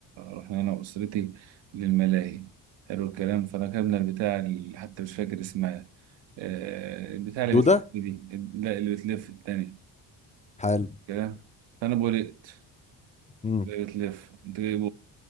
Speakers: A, on the right; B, on the left.
A: رحنا انا واسرتي للملاهي حلو الكلام فركبنا البتاع اللي حتى مش فاكر اسمها آه، البتاع اللي
B: دوده
A: بتلف دي لا اللي بتلف التانية
B: حلو
A: كلام فانا بولقت
B: امم
A: بتلف تجيب